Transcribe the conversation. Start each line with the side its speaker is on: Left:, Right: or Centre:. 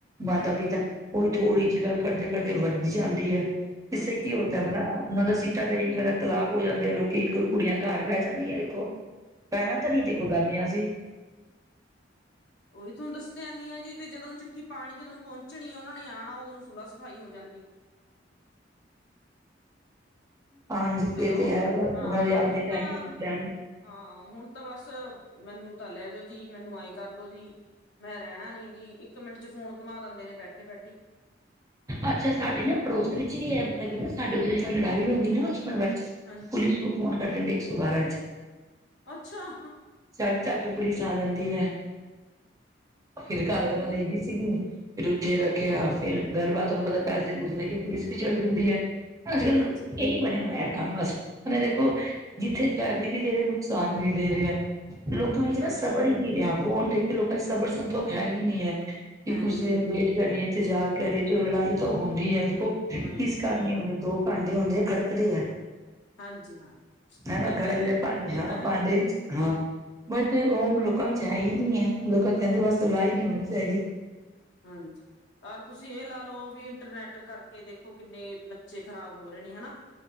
Right: ਮਾਤਾ-ਪਿਤਾ
Left: ਹਾਂਜੀ
Right: ਉਈ ਥੋੜ੍ਹੀ ਜਿਹੀ ਗੱਲ ਕਰਦੇ-ਕਰਦੇ ਵੱਧ ਜਾਂਦੀ ਹੈ,
Left: ਵੱਧ
Right: ਇਸੇ ਕੀ
Left: ਜਾਂਦੀ
Right: ਹੁੰਦਾ ਬਲਾ
Left: ਆ
Right: ਉਹਨਾਂ ਦਾ ਸੀਟਾਂ ਤਾਂ ਇਹ ਨੀ ਕਦਾ ਤਲਾਕ ਹੋ ਜਾਂਦੇ ਲੋਕੀ ਕੁੜੀਆਂ ਘਰ ਬਹਿ ਜਾਂਦੀਆਂ ਦੇਖੋ। ਪਹਿਲਾਂ ਤਾਂ ਨਹੀਂ ਦੇਖੋ ਗਹਿਲੀਆਂ ਅਸੀ
Left: ਉਵੀ ਥੋਨੂੰ ਦੱਸਦੇ ਆਨੀ ਆ ਜੀ ਵੀ ਜਦੋਂ ਚਿ ਠੀ ਪਾਣੀ ਜਦੋਂ ਨੂੰ ਪਹੁੰਚਣੀ ਉਹਨਾਂ ਨੇ ਆਉਣਾ ਉਦੋਂ ਨੂੰ ਸੁੂਲਹ-ਸਫ਼ਾਈ ਹੋ ਜਾਂਦੀ।
Right: ਹਾਂਜੀ
Left: ਹੈਲੋ
Right: ਇਹ ਤੇ ਹੈ ਪਰ
Left: ਹਾਂ
Right: ਉਹਨਾਂ ਦੇ ਆਦੇ
Left: ਹੁਣ
Right: ਟਾਈਮ
Left: ਤਾਂ
Right: ਵੀ ਟਮ
Left: ਹਾਂ ਹੁਣ ਤਾਂ ਬਸ ਮੈਨੂੰ ਤਾਂ ਲੈ ਜਾਓ ਜੀ ਮੈਨੂੰ ਐਏਂ ਕਰ ਲੋ ਜੀ। ਮੈਂ ਰਹਿਣਾ ਨੀ ਜੀ ਇੱਕ ਮਿੰਟ 'ਚ ਫੋਨ ਘੁਮਾ ਦਿੰਦੇ ਨੇ ਬੈਠੇ-ਬੈਠੇ।
Right: ਅੱਛਾ ਸਾਡੇ ਨਾ ਪੜੋਸ ਵਿੱਚ ਵੀ ਹੈ ਮਤਲਬ ਨਾ ਸਾਡੇ ਉਧੋਂ ਜਿੱਦਾਂ ਲੜਾਈ ਹੁੰਦੀ ਨਾ ਹਸਬੈਂਡ ਵਾਈਫ 'ਚ।
Left: ਹਾਂ
Right: ਪੁਲਿਸ ਨੂੰ ਫ਼ੋਨ ਕਰ ਦਿੰਦੇ ਇੱਕ ਸੌ ਬਾਰਾਂ 'ਚ
Left: ਅੱਛਾ
Right: ਝੱਟ ਝੱਟ ਪੁਲਿਸ ਆ ਜਾਂਦੀ ਹੈ। ਫਿਰ
Left: ਅੱਛਾ
Right: ਘਰ ਵਾਲਾ
Left: ਜੀ
Right: ਲੈ ਗੇ। ਸੀਗੇ ਫਿਰ ਉੱਥੇ ਰੱਖਿਆ ਫੇਰ ਗੱਲਬਾਤ ਤੁਹਾਨੂੰ ਪਤਾ ਪੈਸੇ ਪੂਸੇ ਕਿ ਪੁਲਿਸ ਵੀ ਚੱਲੀ ਜਾਂਦੀ ਐ। ਅੱਜ-ਕੱਲ
Left: ਹਾਂਜੀ
Right: ਇਹੀ ਬਣਿਆ ਹੋਇਆ ਕੰਮ ਬਸ ਮ ਦੇਖੋ, ਜਿੱਥੇ ਫ਼ਾਇਦੇ ਵੀ ਦੇ ਰਹੇ ਨੁਕਸਾਨ ਵੀ ਦੇ ਰੇਆ ਲੋਕਾਂ ਵਿੱਚ ਨਾ
Left: ਹਾਂਜੀ
Right: ਸਬਰ
Left: ਹਾਂਜੀ
Right: ਈ ਨੀ ਰਿਹਾ ਫੋਨ ਦੇਖ ਲੋਕਾਂ 'ਚ ਸਬਰ-ਸੰਤੋਖ ਹੈ ਹੀ ਨਹੀਂ ਹੈ ਕਿ
Left: ਹੈਨੀ
Right: ਕੁਝ ਵੇਟ ਕਰੀਏ ਇੰਤਜ਼ਾਰ ਕਰੀਏ। ਲੜਾਈ ਤਾਂ ਹੁੰਦੀ ਹੈ ਦੇਖੋ
Left: ਹਾਂਜੀ
Right: ਕਿਸ ਘਰ ਨੀ ਹੁੰਦੀ ਦੋ ਭਾਂਡੇ ਹੁੰਦੇ ਆ ਖੜਕਦੇ ਐ।
Left: ਹਾਂਜੀ ਹਾਂ
Right: ਹਨ ਨਾ
Left: ਇਹ
Right: ਖੜਕਦੇ
Left: ਤਾਂ ਹੈਗਾ
Right: ਭਾਂਡੇ
Left: ਹੀ ਹੈ, ਇਹ
Right: ਹਾਂ
Left: ਤਾਂ ਹੈਗਾ
Right: ਭਾਂਡੇ
Left: ਹੀ
Right: ਵਿੱਚ
Left: ਹੈ।
Right: ਹਾਂ ਬਟ ਉਹ ਲੋਕਾਂ ਵਿੱਚ ਹੈ ਈ ਨਹੀਂ ਹੈ, ਲੋਕਾਂ ਕਹਿੰਦੇ ਬਸ ਲੜਾਈ ਨਹੀ ਹੋਣੀ ਚਾਹੀਦੀ।
Left: ਹਾਂਜੀ ਅਰ ਤੁਸੀਂ ਇਹ ਲਾ ਲਓ ਵੀ ਇੰਟਰਨੈਟ ਕਰਕੇ ਦੇਖੋ ਕਿੰਨੇ ਬੱਚੇ ਖਰਾਬ ਹੋ ਰਹੇ ਨੇ ਹਨਾ।